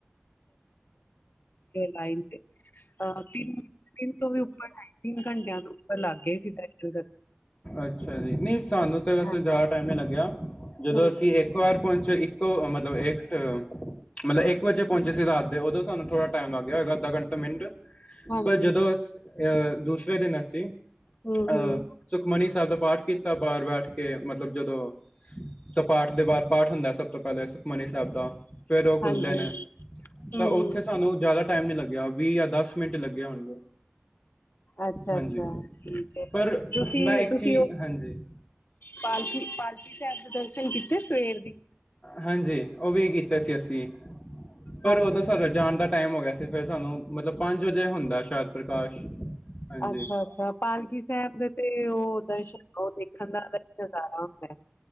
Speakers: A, on the left; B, on the left.
A: ਲਾਈਨ ਤੇ ਅਹ ਤਿੰਨ ਤਿੰਨ ਤੋਂ ਵੀ ਉੱਪਰ ਤਿੰਨ ਘੰਟਿਆਂ ਤੋਂ ਉੱਪਰ ਲੱਗ ਗਏ ਸੀ ਠੀਕ ਹੈ
B: ਅੱਛਾ ਜੀ ਨਹੀਂ ਸਾਨੂੰ ਤੇ ਵੈਸੇ
A: ਹਾਂਜੀ,
B: ਜਿਆਦਾ ਟਾਈਮ ਹੀ ਲੱਗਿਆ ਜਦੋਂ
A: ਹੂੰ,
B: ਅਸੀਂ ਇੱਕ ਵਾਰ ਪਹੁੰਚੋ ਜੀ ਕੋ ਮਤਲਬ ਇੱਕ ਮਤਲਬ ਇੱਕ ਵਜੇ ਪਹੁੰਚੇ ਸੀ ਰਾਤ ਦੇ ਉਦੋਂ ਸਾਨੂੰ ਥੋੜ੍ਹਾ ਟਾਈਮ ਲੱਗ ਗਿਆ ਹੋਏਗਾ ਅੱਧਾ ਘੰਟਾ ਮਿੰਟ
A: ਹਾਂਜੀ,
B: ਪਰ ਜਦੋਂ ਅਹ ਦੂਸਰੇ ਦਿਨ ਅਸੀਂ
A: ਹੂੰ-ਹੂੰ,
B: ਅਹ ਸੁਖਮਨੀ ਸਾਹਿਬ ਦਾ ਪਾਠ ਕੀਤਾ ਬਾਹਰ ਬੈਠ ਕੇ ਮਤਲਬ ਜਦੋਂ ਕ ਪਾਠ ਦੇ ਬਦ ਪਾਠ ਹੁੰਦਾ ਸਭ ਤੋਂ ਪਹਿਲੇ ਸੁਖਮਨੀ ਸਾਹਿਬ ਦਾ ਫਿਰ ਉਹ ਖੁੱਲਦੇ
A: ਹਾਂਜੀ,
B: ਨੇ
A: ਹੂੰ-ਹੂੰ,
B: ਤਾਂ ਉੱਥੇ ਸਾਨੂੰ ਜ਼ਿਆਦਾ ਟਾਈਮ ਨੀ ਲੱਗਿਆ ਵੀਹ ਜਾਂ ਦਸ ਮਿੰਟ ਲੱਗੇ ਹੋਣਗੇ
A: ਅੱਛਾ
B: ਹਾਂਜੀ
A: ਅੱਛਾ ਠੀਕ ਹੈ
B: ਪਰ
A: ਤੁ
B: ਮੈਂ ਇੱਕ
A: ਤੁਸੀਂ
B: ਚੀਜ਼
A: ਉਹ
B: ਹਾਂਜੀ
A: ਪਾਲਕੀ ਪਾਲਕੀ ਸਾਹਿਬ ਦੇ ਦਰਸ਼ਨ ਕੀਤੇ ਸਵੇਰ ਦੀ
B: ਹਾਂਜੀ ਉਹ ਵੀ ਕੀਤਾ ਸੀ ਅਸੀਂ ਪਰ
A: ਹਾਂਜੀ-ਹਾਂਜੀ,
B: ਉਦੋਂ ਸਡਾ ਜਾਣ ਦਾ ਟਾਈਮ ਹੋ ਗਿਆ ਸੀ ਤੇ ਫਿਰ ਸਾਨੂੰ ਮਤਲਬ ਪੰਜ ਵਜੇ ਹੁੰਦਾ ਸ਼ਾਇਦ ਪ੍ਰਕਾਸ਼ ਹਾਂਜੀ
A: ਅੱਛਾ ਅੱਛਾ ਪਾਲਕੀ ਸਾਹਿਬ ਦੇ ਤੇ ਉਹ ਦਰਸ਼ਨ ਉਹ ਦੇਖਣ ਦਾ ਅਲੱਗ ਨਜ਼ਾਰਾ ਹੁੰਦਾ